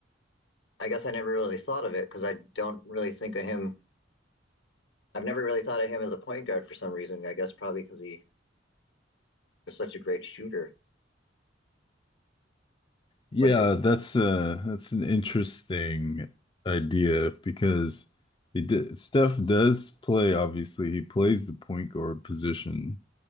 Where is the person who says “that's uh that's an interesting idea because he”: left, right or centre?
Left